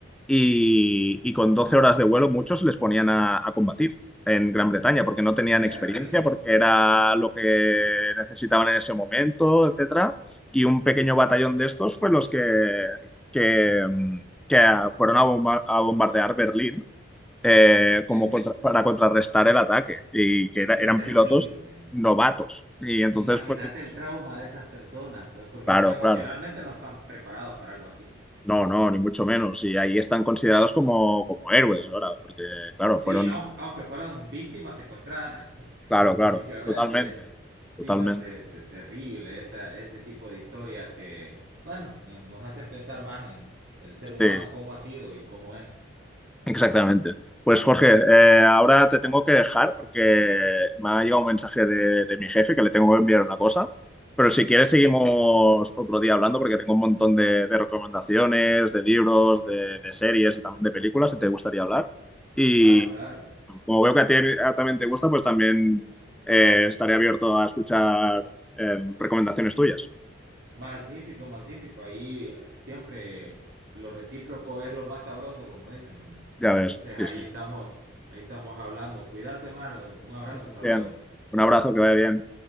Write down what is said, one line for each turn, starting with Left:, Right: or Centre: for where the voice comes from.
Centre: y, y con 12 horas de vuelo muchos les ponían a, a combatir. en Gran Bretaña, porque no tenían
Right: Terrible.
Centre: experiencia, porque era lo que necesitaban en ese momento, etcétera y un pequeño batallón de estos fue los que, que, que fueron a, bomba- a bombardear Berlín eh, como
Right: Sí, sí.
Centre: contra- para contrarrestar el ataque y que era-
Right: Qué
Centre: eran
Right: terrible.
Centre: pilotos novatos. Y entonces,
Right: Imagínate
Centre: pues,
Right: el trauma de esas personas, pues, porque
Centre: claro,
Right: emocionalmente
Centre: claro.
Right: no están preparados para algo así.
Centre: No, no, ni mucho menos. Y ahí están considerados como, como héroes ahora, porque, claro,
Right: Sí,
Centre: fueron...
Right: aun- aunque fueron víctimas secuestradas, <laughs>
Centre: Claro,
Right: básicamente.
Centre: claro, totalmente, totalmente.
Right: Sí, no, este, este, terrible, esa, ese tipo de historias que, bueno, no- nos hacen pensar más en el ser humano,
Centre: Sí,
Right: cómo ha sido y cómo es.
Centre: Exactamente. Pues Jorge, eh, ahora te tengo que dejar porque me ha llegado un mensaje de, de mi jefe que le tengo que enviar una cosa, pero si quieres
Right: Ok,
Centre: seguimos otro día hablando porque tengo un montón de, de recomendaciones, de libros, de, de series y también de películas si te gustaría hablar. Y
Right: claro, claro.
Centre: como veo que a ti a- también te gusta, pues también eh, estaré abierto a escuchar eh, recomendaciones tuyas.
Right: Magnífico, magnífico. Ahí eh, siempre lo recíproco es lo más sabroso, como dicen. y
Centre: Ya
Right: Entonces
Centre: ves,
Right: ahí
Centre: sí, sí.
Right: estamos, ahí estamos hablando. Cuídate, Mar. Un abrazo,
Centre: 100%.
Right: hasta luego.
Centre: Un abrazo, que vaya bien.